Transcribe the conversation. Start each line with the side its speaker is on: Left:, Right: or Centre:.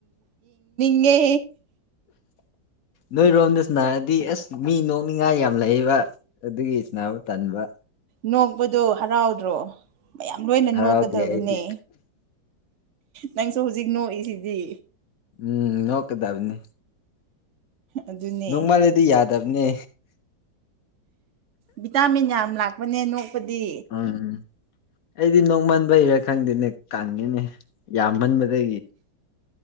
Right: ꯉꯦ
Left: ꯅꯣꯏꯔꯣꯝꯗꯁꯨꯅꯥꯔꯗꯤ ꯑꯁ ꯃꯤ ꯅꯣꯛꯅꯤꯡꯉꯥꯏ ꯌꯥꯝ ꯂꯩꯕ ꯑꯗꯨꯒꯤ ꯏꯁꯅꯥꯕꯨ ꯇꯟꯥꯟꯕ
Right: ꯅꯣꯛꯄꯗꯣ ꯍꯔꯥꯎꯗ꯭ꯔꯣ ꯃꯌꯥꯝ ꯂꯣꯏꯅ
Left: ꯍꯔꯥꯎꯗꯦ
Right: ꯅꯣꯛꯀꯗꯕꯅꯦ
Left: ꯑꯩꯗꯤ
Right: ꯅꯪꯁꯨ ꯍꯧꯖꯤꯛ ꯅꯣꯛꯏꯁꯤꯗꯤ
Left: ꯎꯝ ꯅꯣꯀꯗꯥꯕꯅꯤ
Right: ꯑꯗꯨꯅꯦ
Left: ꯅꯣꯡꯃꯜꯂꯗꯤ ꯌꯥꯗꯕꯅꯦ
Right: ꯚꯤꯇꯥꯃꯤꯟ ꯌꯥꯝ ꯂꯥꯛꯄꯅꯦ ꯅꯣꯛꯄꯗꯤ
Left: ꯎꯝ ꯑꯩꯗꯤ ꯅꯣꯡꯃꯟꯕ ꯍꯩꯔꯥ ꯈꯪꯗꯦꯅꯦ ꯀꯪꯉꯤꯅꯦ ꯌꯥꯝꯃꯟꯕꯗꯒꯤ